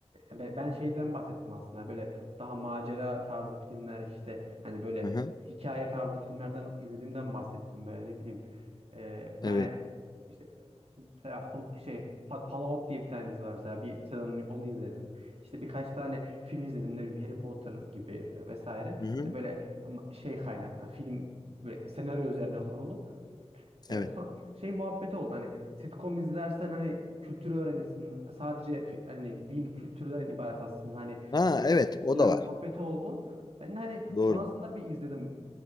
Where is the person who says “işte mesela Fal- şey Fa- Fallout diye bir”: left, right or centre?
Right